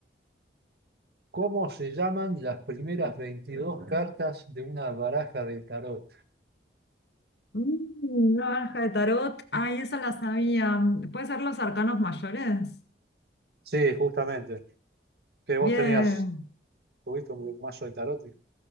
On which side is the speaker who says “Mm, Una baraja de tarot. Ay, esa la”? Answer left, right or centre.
Left